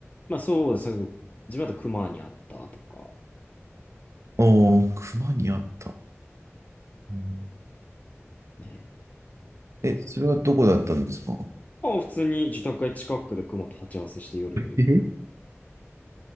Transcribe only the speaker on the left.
まあ、そうです。自分だと熊に会ったとか、
ね。
まあ、普通に自宅街近くで熊と鉢合わせして夜。